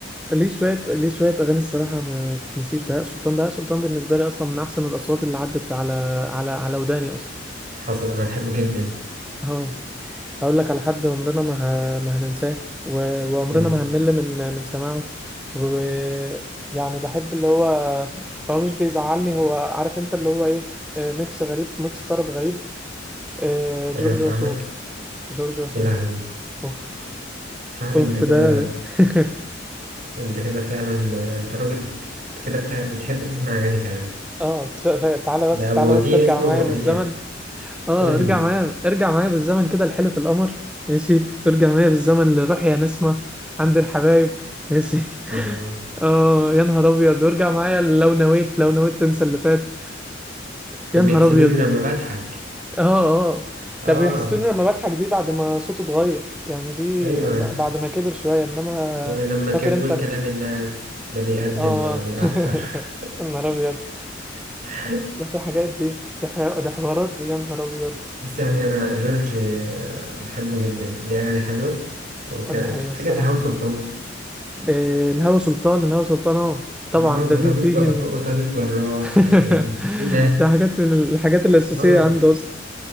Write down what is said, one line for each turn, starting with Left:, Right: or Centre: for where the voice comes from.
Centre: ليه شوية ليه شوية أغاني الصراحة ما تتنسيش بهاء سلطان بهاء سلطان بالنسبة لي أصلا من أحسن الأصوات اللي عدت على على على وداني أصلا
Right: حصل انا بحبه جدا
Centre: أهو أقول لك على حد عمرنا ما ه... ما هننساه و... وعمرنا
Right: مم.
Centre: ما هنمل من من سماعه و... يعني بحب اللي هو هو مش بيزعلني هو عارف أنت اللي هو إيه آه، ميكس غريب ميكس طرب غريب آه، جورج
Right: ايوه فاهمك
Centre: وسوف جورج وسوف
Right: يا لهوي
Centre: أوف
Right: صاحبي
Centre: أوف
Right: انت كده
Centre: ده <laughs>
Right: انت كده فعلا انت راجل بت- كده بتع- بتحب تسمع اغاني فعلا
Centre: اه تف- تعالى
Right: ده
Centre: بس
Right: ابو
Centre: تعالى
Right: وديع
Centre: بس ارجع
Right: اسمه
Centre: معايا
Right: ابو
Centre: بالزمن
Right: وديع
Centre: اه
Right: قول
Centre: ارجع
Right: لي
Centre: معايا ارجع معايا بالزمن كده لحلف القمر ماشي ارجع معايا بالزمن للروح يا نسمة عند الحبايب ماشي <laughs>
Right: اه
Centre: اه يا نهار ابيض وارجع معايا لو نويت لو نويت تنسى اللي فات يا
Right: وبيحسدوني
Centre: نهار ابيض
Right: لما بضحك
Centre: اه اه
Right: اه
Centre: ده بيحسدوني لما بضحك دي بعد ما صوته اتغير يعني دي
Right: ايوه
Centre: بعد ما كبر شوية انما
Right: ولما
Centre: فاكر
Right: كان بيقول
Centre: انت ال...
Right: كلام الناس لا بيقدم
Centre: اه
Right: ولا بيأخر
Centre: <laughs> يا نهار ابيض
Right: <laughs>
Centre: لا دي حاجات دي دي, حي... دي حوارات دي يا نهار ابيض
Right: بس يعني انا جورج آه، بحبه جدا ليه اغاني حلوه وكان
Centre: آه، دي حقيقة
Right: فاكر
Centre: الصراحة
Right: الهوا سلطان
Centre: إيه، الهوى سلطان الهوى سلطان اه طبعا
Right: اه وطبيب
Centre: ده دي دي
Right: ج-
Centre: من
Right: وطبيب جراح
Centre: <laughs>
Right: يعني يعني ايه ده
Centre: ده حاجات من الحاجات الأساسية
Right: اه
Centre: عنده أصلا